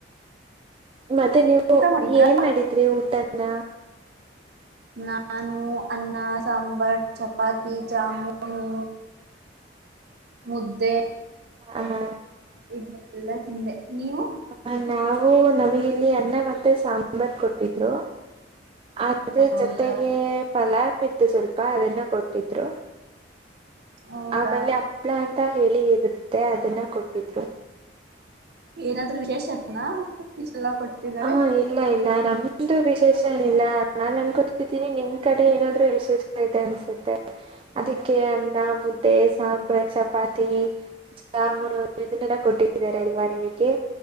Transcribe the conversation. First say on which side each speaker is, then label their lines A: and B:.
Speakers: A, on the right; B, on the right.
A: ಮತ್ತೆ ನೀವು
B: ಊಟ ಮಾಡಿದ್ರಾ
A: ಏನ್ ಮಾಡಿದ್ರಿ ಊಟನ
B: ನಾನು ಅನ್ನ ಸಾಂಬಾರ್ ಚಪಾತಿ ಜಾಮೂನು.... ಮುದ್ದೆ....
A: ಹ ಹ....
B: ಇದ್ನ ಎಲ್ಲಾ ತಿಂದೆ ನೀವು
A: ಹ ನಾವು ನಮಗ ಇಲ್ಲಿ ಅನ್ನ ಮತ್ತೆ ಸಾಂಬಾರ್ ಕೊಡ್ವಿ ದ್ರು ಅದರಾ
B: ಹೌದಾ
A: ಜೊತೆಗೆ ಪಲಾವ್ ಇತ್ತು ಸ್ವಲ್ಪ ಅದನ್ನ ಕೊಟ್ಟಿದ್ರು
B: ಹೌದಾ
A: ಆಮೇಲೆ ಆಪ್ಳ ಅಂತ ಹೇಳಿ ಇರುತ್ತೆ ಅದನ್ನ ಕೊಟ್ಟಿದ್ರು
B: ಏನಾದ್ರೂ ವಿಶೇಷ ನಾ ಇಷ್ಟ ಎಲ್ಲಾ ಕೊಟ್ಟಿದ್ದಾರೆ
A: ಹಾ ಇಲ್ಲ ಇಲ್ಲ ನಮ್ದು ವಿಶೇಷ ಏನಿಲ್ಲ ನಾನನ್ ಅನ್ಕೊತಿದ್ದೀನಿ ನಿಮ್ ಕಡೆ ಏನಾದರು ವಿಶೇಷ ಇದೆ ಅನ್ಸುತ್ತೆ ಅದಕ್ಕೆ ಅನ್ನ ಮುದ್ದೆ ಸಾಂಬ್ರ ಚಪಾತಿ.... ಮೂರುಿನಲ್ಲ <unintelligible> ಕೊಟ್ಟಿದ್ದಾರೆ ಅಲ್ವಾ ನಿಮಗೆ